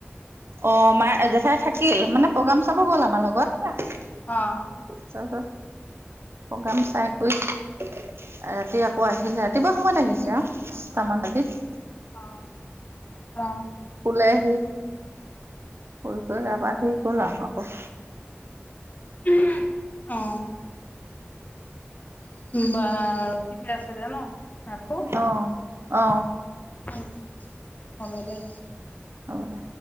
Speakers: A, on the right; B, on the left.
A: অ মাৰ জেঠাই থাকে থিল মানে প্ৰগ্ৰাম চাব গ'ল আমাৰ লগত
B: অ'
A: চ চ প্ৰগ্ৰাম চাই গৈ ৰাতি আকৌ আহিলে ৰাতিপুৱা সময়ত
B: উম
A: আহিছে আহচটামান লাগে হ
B: অ অ
A: শুলেহি শু গৈ গা পা ধুই গ'ল আৰু আকৌ
B: উম অ বাৰু ঠিকে আছে দে ন ৰাখো
A: অ অ
B: উ হ'ব দে
A: হ'ব দে